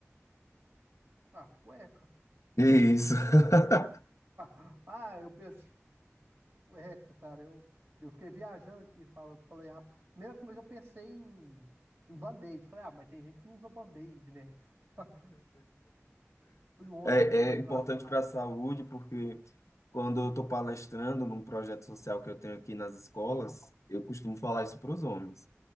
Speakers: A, on the right; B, on the left.
A: Ah, cueca.
B: E é isso. <laughs>
A: Ah, ah, eu pensei. Cueca, cara. Eu, eu fiquei viajando aqui. fala- Falei, rapaz. Primeira coisa eu pensei em, em band-aid. Falei, ah, mas tem gente que não usa band-aid, né? <laughs> Fui longe
B: É,
A: aqui na imaginação.
B: é importante para a saúde, porque quando eu estou palestrando num projeto social que eu tenho aqui nas escolas,
A: Aham.
B: eu costumo falar isso para os homens.